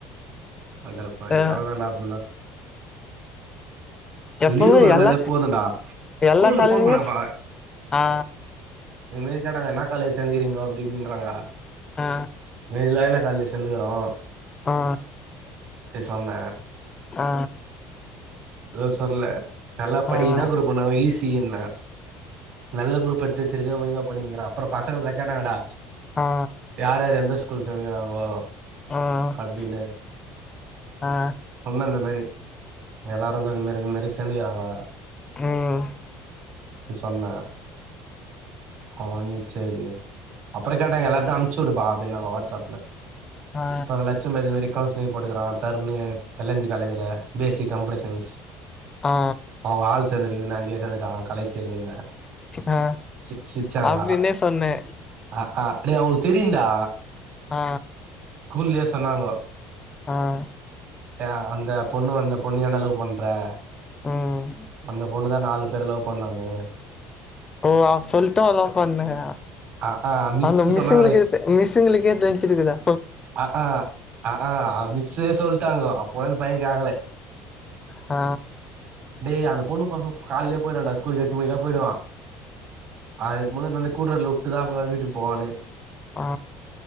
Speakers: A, on the right (about 55°); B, on the left (about 25°).
A: அடப்பாவி
B: அ
A: கத தாண்டா அப்புல்லா
B: எப்பவுமே
A: லீவு வந்தாலே
B: எல்லா
A: போதுடா ஸ்கூல்லு
B: எல்லா காலேஜுமே
A: ஃபோன் பண்ணப்பா
B: ஸ் ஆ
A: இது மேரி கேட்டாங்க என்னா காலேஜ் சேந்துக்குறீங்கே அப்படி இப்டின்றாங்க
B: ஆ
A: இன்னைக்கு தானடா காலேஜ்ல சேந்துருக்குறோ
B: ஆ
A: அப்டி சொன்ன
B: ஆ
A: ஏதும் சொல்ல நல்லா படி
B: ஆ ஆ
A: என்ன குரூப்புன்னாங்க ஈஸியின்னே நல்ல குரூப் எடுத்து து வச்சிருக்க சேரி ஒழுங்கு படிங்குறா அப்புறோ பசங்கல கேட்டாங்கடா
B: ஆ
A: யார் யாரு எந்த ஸ்கூல் சேந்துருக்குறாங்களோ
B: ஆ
A: அப்டின்னு
B: ஆ
A: நம்மளு அந்த மாரி எல்லாரும் இந்மேரி இந்மேரி சேந்துக்குறாங்கோ
B: ம்
A: இ சொன்ன கோபோ வன்சசு அவுருக்கு சரி அப்பறோ கேட்டாங்க எல்லாத்தையு அனுப்புச்சு உடுப்பா அப்டின்னாஙக வாடஸ்அப்ல
B: ஆ
A: ட்ட லட்சம் பேரு இது மேரி கவுன்சிலிங் போட்டுக்கறா தருன்னு எல் என் சி காலேஜில B S C computer science
B: ஆ
A: <unintelligible> அவ ஆள் சேந்துருக்கறதனால அங்கே சேந்துட்ட் அவுங்க கலைச்செல்வின்னு
B: அ
A: சி சிரிச்சாங்க
B: அப்டின்னே சொன்ன
A: அ ஆ டே அவுங்களுக்கு தெரியுன்டா
B: அ
A: ஸ்கூல்லயே சொன்னாங்கோ
B: அ
A: அ அந்த பொண்ணு வந்து அந்த பொண்ணயே என்னைய லவ் பண்றா
B: ம்
A: அந்த பொண்ணுதா நாலு பேர லவ் பண்ணுது
B: ஓ அவா சொல்ட்டா லவ் பண்ணுங்த
A: அ ஆ மிஸ்ஸு
B: அந்த
A: சொன்னாங்கடா
B: மிஸ்ஸுங்களுக்கே தெ மிஸ்ஸுங்களுக்கே தெரிஞ்சுருக்குதா
A: ஆஹா ஆஹா மிஸ்ஸே சொல்லிட்டாங்க அப்பிடியு அந்த பையே கேக்கல
B: ஆ
A: டே அந்த பொண்ணு பாக்க கால்லயே போயிட்டான்டா ஸ்கூல்லுக்கு எட்டு மணிக்கெல்லா போய்டுவா ஆளுருக்கும்போது அந்தந்த ஸ்கூல்ல விட்டுதா வீட்டுக்கு போவனே
B: ஆ